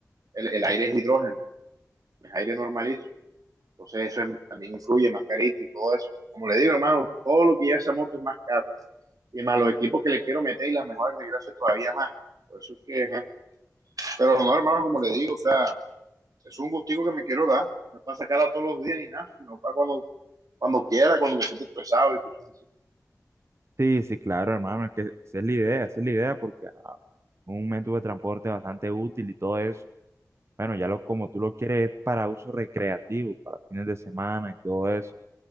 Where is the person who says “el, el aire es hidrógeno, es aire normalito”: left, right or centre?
Right